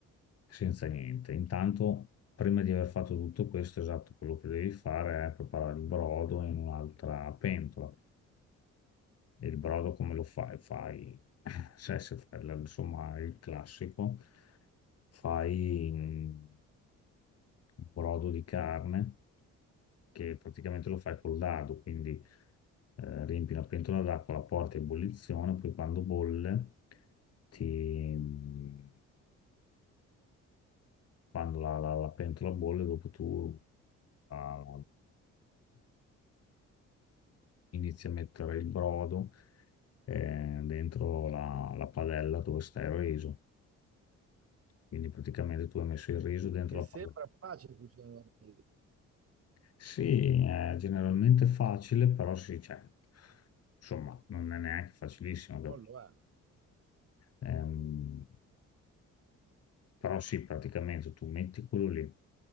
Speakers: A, on the left; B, on the right.
A: senza niente. Intanto, prima di aver fatto tutto questo, esatto, quello che devi fare è preparare il brodo in un'altra pentola. E il brodo come lo fai? Fai, <laughs> se, se fai, la- insomma, il classico, fai mm, un brodo di carne che praticamente lo fai col dado, quindi eh, riempi una pentola d'acqua, la porti a ebollizione, poi quando bolle ti mm, quando la, la- la pentola bolle, dopo tu ah, inizi a mettere il brodo eh, dentro la, la padella dove sta il riso. Quindi praticamente tu hai messo il riso dentro
B: Che
A: la
B: sembra
A: padella.
B: facile cucinare, la pizza,
A: Sì, è generalmente facile, però sì, cioè, insomma, non è neanche facilissimo, capito?
B: non lo è.
A: Ehm, Però sì, praticamente tu metti quello lì,